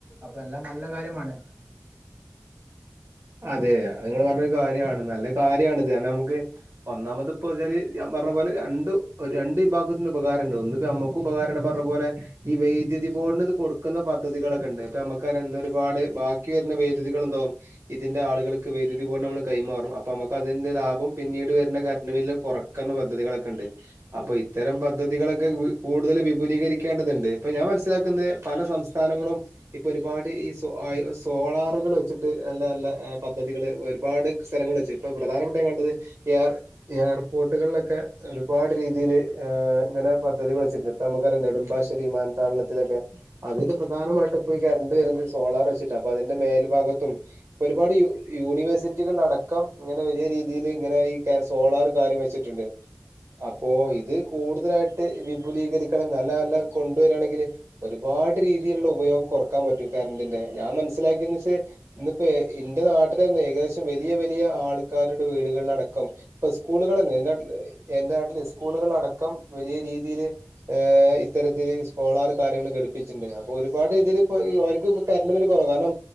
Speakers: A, on the right (about 35°); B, on the right (about 60°).
A: അപ്പല്ലാം നല്ല കാര്യമാണ്.
B: അതെ നിങ്ങള് പറഞ്ഞൊരു കാര്യാണ്. നല്ല കാര്യണത് കാർണമുക്ക് ഒന്നാമത് ഇപ്പോച്ചാല് പറഞ്ഞ പോലെ രണ്ടു രണ്ട് വിഭാഗത്തിന് ഉപകാരണ്ട്. ഒന്നിപ്പ യമ്മ ഉപകാരണ്ട് പറഞ്ഞ പോലെ ഈ വൈദ്യുതി ബോർഡിന് ഇത് കൊടുക്കുന്ന പദ്ധതികളൊക്കെണ്ട് ഇപ്പമ്മക്കറിയ ഇന്നൊരു പാട് ബാക്കി വെരുന്ന വൈദ്യുതികള്ണ്ടാകും ഇതിന്റെ ആളുകൾക്ക് വേദ്യുതി കള് പോലമ്മള് കൈമാറും. പ്പമക്ക്‌ അതിന്റെ ലാഭം പിന്നീട് വെരുന്ന കരന്റ് ബില്ല് കൊറക്കൻള്ളെ പദ്ധതികളക്കെണ്ട്. അപ്പ ഇത്തരം പദ്ധതികളക്കെ കൂടുതൽ വിപുലീകരി ക്കേണ്ടതുണ്ട് ഇപ്പൊ ഞാൻ മനസ്സിലാക്കുന്നത് പല സംസ്ഥാനങ്ങളും. ഇപ്പൊ ഒരുപാട് ഈ ശ സോളാറുകള് വെച്ചിട്ട് നല്ല നല്ല ഏ പദ്ധതികള്, ഒരുപാട് സ്ഥലങ്ങള് വെച്ച് ഇപ്പൊ പ്രധാനപ്പെട്ട കണ്ടത്, ഏർ ഏർപോർട്ടുകളിലൊക്കെ ഒരുപാട് രീതീല് ഏ ഇങ്ങനെ പദ്ധതികൾ വെച്ചിട്ട്ണ്ട്. ഇപ്പൊ നമ്മക്കറിയാ നെടുമ്പാശ്ശേരി വിമാനത്താവളത്തിലൊക്കെ അതില് പ്രധാനമായിട്ടും ഇപ്പൊ ഈ കറണ്ട് വരുന്നത് സോളാർ വെച്ചിട്ടാ, അപ്പൊ അതിന്റെ മേൽഭാഗത്തും ഇപ്പൊരുപാട് യൂ യൂണിവേഴ്സിറ്റികളട ക്കം ഇങ്ങനെ വലിയ രീതിയില് ഇങ്ങനെ ഈ കെ സോളാറ് കാര്യം വെച്ചിട്ട്ണ്ട്. അപ്പോ ഇത് കൂടുതലായി ട്ട് വിപുലീകരിക്കണം, നല്ല നല്ല കൊണ്ടുവരാണെങ്കില് ഒരുപാട് രീ രീതിയില്ള്ള ഉപയോഗം കൊറക്കാൻ പറ്റും കറണ്ടിന്റെ. ഞാൻ മനസ്സിലാക്കിയെന്ന് വെച്ച് ഇപ്പേ ഇന്റെ നാട്ടിലെന്നെ ഏകദേശം വലിയ വലിയ ആൾക്കാരുടെ വീടുകളിലടക്കം, ഇപ്പ സ്കൂളുകളെന്നെ എന്റെ നാട്ടില്, എന്റെ നാട്ടില് സ്കൂളുകളിലടക്കം വലിയ രീതിയില് ഏഹ് ഇത്തരത്തില് സോളാറ് കാര്യങ്ങള് ഘടിപ്പിച്ചിണ്ട്. അപ്പൊ ഒരുപാട് ഇതിലിപ്പൊ അവർക്ക് ഇ കറണ്ട് ബില്ല് കൊറവാ കാരണം